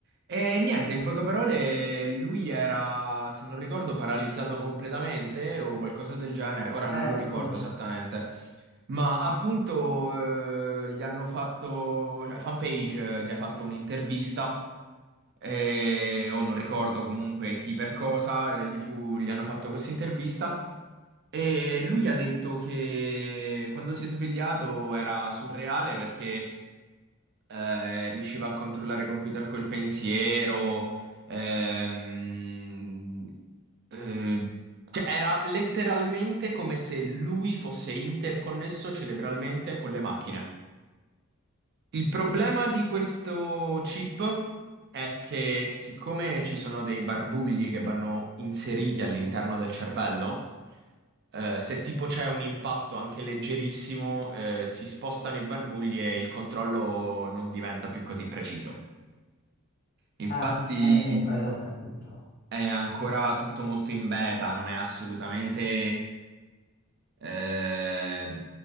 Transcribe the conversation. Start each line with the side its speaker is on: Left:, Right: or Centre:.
Right: E niente, in poche parole, lui era, se non ricordo, paralizzato completamente o qualcosa del genere. Ora non
Left: Eh,
Right: lo ricordo
Left: punto.
Right: esattamente. Ma appunto, eh, gli hanno fatto, cioè, Fanpage, eh, gli ha fatto un'intervista eh, o non ricordo comunque chi per cosa, eh, gli fu- gli hanno fatto questa intervista e lui ha detto che quando si è svegliato era surreale perché eh, riusciva a controllare i computer col pensiero, ehm, eh, cioè era letteralmente come se lui fosse interconnesso cerebralmente con le macchine. Il problema di questo chip è che siccome ci sono dei barbugli che vanno inseriti all'interno del cervello, eh, se tipo c'è un impatto anche leggerissimo, eh, si spostano i barbugli e il controllo non diventa più così preciso. Infatti,
Left: Ah, è, è quello che appunto.
Right: è ancora tutto molto in beta, non è assolutamente, eh,